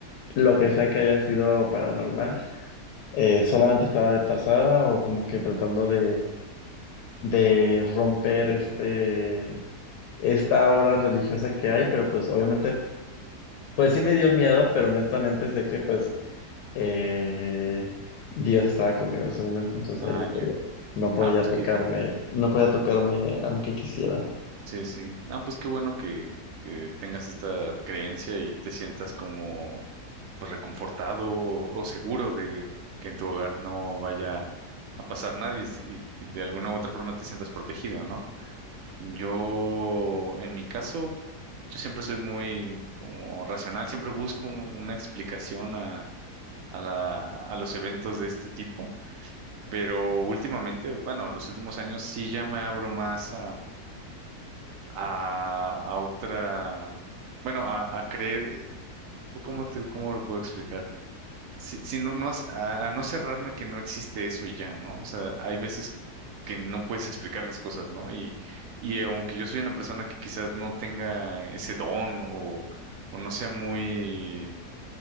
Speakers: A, on the left; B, on the right.
A: lo que sea que haya sido paranormal eh, solamente estaba de pasada o como que tratando de de romper este, esta hora religiosa que hay, pero pues obviamente, pues sí me dio miedo, pero honestamente sé que pues eh, Dios estaba conmigo en ese momento, entonces
B: Ah,
A: él no podía,
B: ya.
A: no podía
B: Ah, pues
A: tocarme,
B: que
A: no podía tocarme aunque quisiera.
B: Sí, sí. Ah, pues qué bueno que, que tengas esta creencia y te sientas como pues reconfortado o, o seguro de que en tu hogar no vaya a pasar nada y, y- y de alguna u otra forma te sientas protegido, ¿no? Yo, en mi caso, yo siempre soy muy como racional, siempre busco una explicación a, a la, a los eventos de este tipo, pero últimamente, bueno, los últimos años sí ya me abro más a, a otra, bueno, a, a creer, eh, o ¿cómo te, cómo lo puedo explicar? Si, si no, no, hace- a, a no cerrarme que no existe eso y ya, ¿no? O sea, hay veces que no puedes explicar las cosas, ¿no? Y, y aunque yo soy una persona que quizás no tenga ese don o, o no sea muy